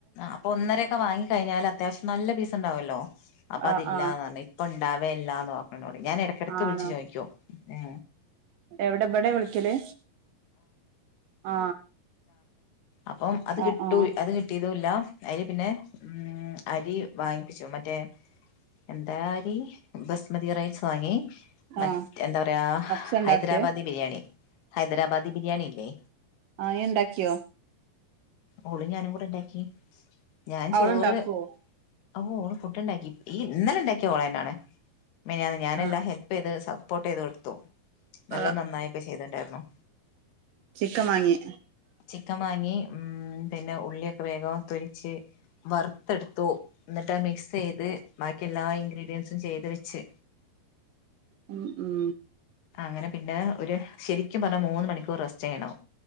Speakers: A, on the left; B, on the right.
A: അപ്പൊ ഒന്നരൊക്കെ വാങ്ങി കഴിഞ്ഞാല് അത്യാവശ്യം നല്ല പീസ് ഉണ്ടാവല്ലോ അപ്പൊ
B: ആ
A: അതില്ലാന്ന്
B: ആ
A: പറഞ്ഞേ പ്പണ്ടാവേല്ലാന്ന് ന്നറിഞ് ന്നോട് ഞാൻ എടക്കിടയ്ക്ക്
B: ആണോ
A: വിളിച്ചു ചോയ്ക്കു ഏ
B: എവിടെ ഇവിടെ വിളിക്കല് ആ
A: അപ്പോ അത്
B: ആ
A: കിട്ടും
B: ആ
A: അത് കിട്ടും കിട്ടിയിതുല്ല അപ്പൊ പിന്നെ അരി വാങ്ങിപ്പിച്ചു മറ്റേ <unintelligible> ബസ്മതി റൈസ് വാങ്ങി മറ്റേ
B: ആ
A: എന്താ പറയാ
B: കപ്സ ഉണ്ടാക്കേ
A: ഹൈദരാബാദി ബിരിയാണി ഹൈദരാബാദി ബിരിയാണില്ലേ
B: ആഹ് നീ ഉണ്ടാക്കിയോ
A: ഓളും ഞാനും കൂടെ ഉണ്ടാക്കി ഞാൻ
B: അവളുണ്ടാക്കുവോ
A: ചോറ് ഓ ഓൾ ഫുഡ്‌ ഉണ്ടാക്കി ഇന്നലെ ഉണ്ടാക്കിയത് ഓൾ തന്നെ ആണ് മിനിയാന്ന് ഞാനെല്ലാ
B: ആ
A: ഹെൽപ്പ് ചെയ്ത് സപ്പോർട്ട് ചെയ്ത് കൊടുത്തു. നല്ലോം
B: ആ
A: നന്നായി ഒക്കെ ചെയ്ത്ണ്ടായിരുന്നു.
B: ചിക്കം മാങ്ങി.
A: ചിക്കൻ വാങ്ങി പിന്നെ ഉം ഉള്ളിയൊക്കെ വേഗം. തൊലിച്ച് വറുത്തെടുത്തു ന്നിട്ട് മിക്സ് ചെയ്ത് ബാക്കി എല്ലാ ഇങ്ക്രി <unintelligible> ചെയ്ത് വെച്ച്
B: ഉം ഉം
A: ആ അങ്ങനെ പിന്നേ ഒര് ശരിക്കും പറഞ്ഞാൽ മൂന്ന് മണിക്കൂർ റെസ്റ്റ് ചെയ്യണം.